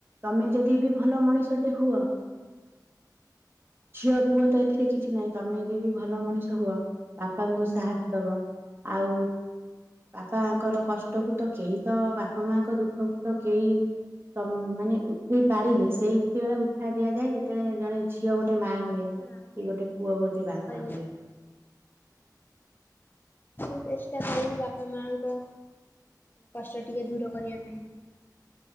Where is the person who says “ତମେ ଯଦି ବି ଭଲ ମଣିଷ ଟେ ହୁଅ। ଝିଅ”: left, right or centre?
Right